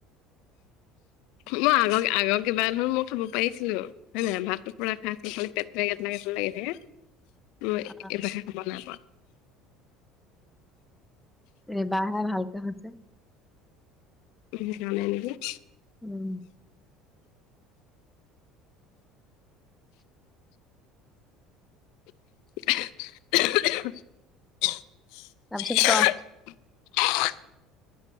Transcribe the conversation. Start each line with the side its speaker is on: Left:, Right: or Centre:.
Centre: <inaudible>
Left: মই আগৰ আগৰ কিবা <unintelligible> মই খাব পাৰিছিলো হয় নাই ভাতটো পুৰা খাই থাকিলে পেটটো গেথেলা গেথেল লাগি থাকে। মই
Centre: অ
Left: এইবাহে খব নাই পৰা।
Centre: এইবাহে ভালকে হৈছে।
Left: উম হোৱা নাই নেকি?
Centre: উম।
Left: <unintelligible>
Centre: তাপিছত কোৱা
Left: <unintelligible>